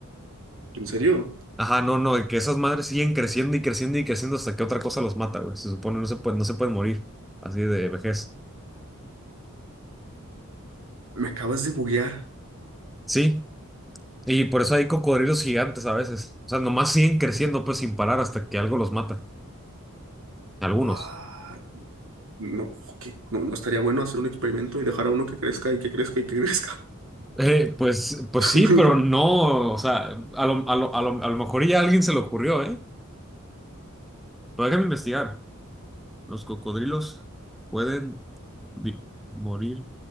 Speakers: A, on the right (about 70°); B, in the centre.
A: ¿En serio?
B: Ajá, no, no, que esas madres siguen creciendo y creciendo y creciendo hasta que otra cosa los mata, güey. Se supone no se pueden, no se pueden morir así de vejez.
A: Me acabas de buguear.
B: Sí, y por eso hay cocodrilos gigantes a veces. O sea, nomás siguen creciendo, pues, sin parar hasta que algo los mata. Algunos.
A: What? No, ¿qué? No, no estaría bueno hacer un experimento y dejar a uno que crezca y que crezca y que crezca.
B: Eh, pues, pues
A: <laughs>
B: sí, pero no, o sea, a lo, a lo- a lo- a lo mejor ya a alguien se le ocurrió, ¿eh? Pero déjame investigar. Los cocodrilos pueden vi- morir.